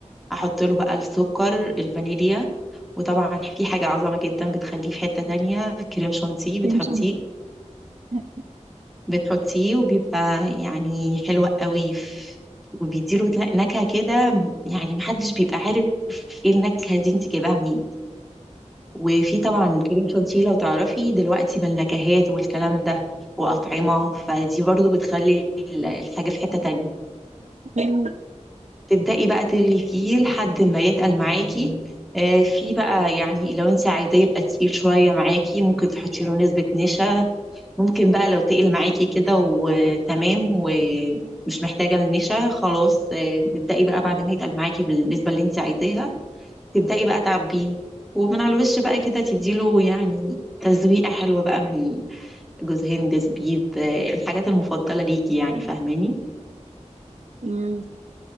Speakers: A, in the centre; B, on the right (about 65°).
A: احط له بقى السكر الفانيليا وطبعا في حاجة عظمة جدا بتخليه في حتة تانية كريم شانتيه بتحطيه
B: كريم سمر مم.
A: بتحطيه وبيبقى يعني حلو قوي ف- وبيديله ت- نكهة كده م- يعني محدش بيبقى عارف ايه النكهة دي انت جايباها منين وفي طبعا كريم شانتيه لو تعرفي دلوقتي بالنكهات والكلام ده وأطعمة فدي برضو بتخلي ال- الحاجة في حتة تانية
B: مم.
A: تبدأي بقى تغلي فيه لحد ما يتقل معاكي آه، في بقى يعني لو انت عايزاه يبقى تقيل شوية معاكي ممكن تحطي له نسبة نشا ممكن بقى لو تقل معاكي كده وتمام ومش محتاجة النشا خلاص آه، تبدأي بقى بعد ما يتقل معاكي بالنسبة اللي انت عايزاها تبدأي بقى تعبيه ومن على الوش بقى كده تديله يعني تزويقة حلوة بقى من جوز هند زبيب آه، الحاجات المفضلة ليكي يعني فاهماني
B: مم.